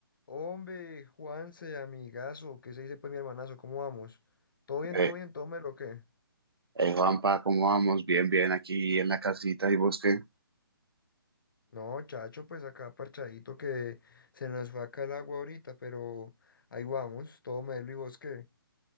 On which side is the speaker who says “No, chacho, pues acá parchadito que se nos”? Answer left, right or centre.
Left